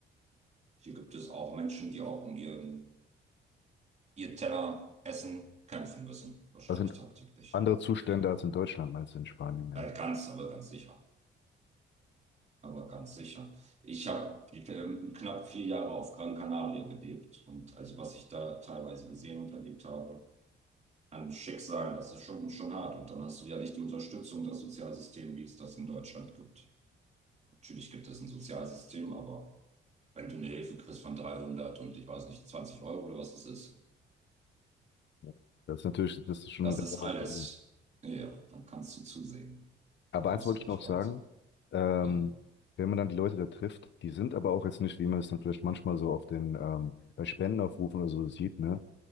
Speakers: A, on the right; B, on the left.
A: hier gibt es auch Menschen, die auch um ihren, ihr Teller Essen kämpfen müssen, wahrscheinlich
B: das sind
A: tagtäglich.
B: andere Zustände
A: Ja,
B: als in Deutschland, meinst du, in Spanien, ne?
A: äh, ganz, aber ganz sicher. Aber ganz sicher. Ich habe ähm, knapp vier Jahre auf Gran Canaria gelebt und also was ich da teilweise gesehen und erlebt habe, ein Schicksal, das ist schon, schon hart. Und dann hast du ja nicht die Unterstützung des Sozialsystems, wie es das in Deutschland gibt. Natürlich gibt es ein Sozialsystem, aber wenn du eine Hilfe kriegst von dreihundert und ich weiß nicht, zwanzig Euro oder was das ist,
B: ja. Das ist natürlich, das ist schon
A: das
B: eine ganz
A: ist alles.
B: andere
A: Ja, dann kannst du zusehen.
B: Aber
A: Da kommst
B: eins wollte
A: du
B: ich
A: nicht
B: noch
A: weit.
B: sagen, ähm,
A: Ja.
B: wenn man dann die Leute da trifft, die sind aber auch jetzt nicht, wie man es dann vielleicht manchmal so auf den, ähm, bei Spendenaufrufen oder so sieht, ne?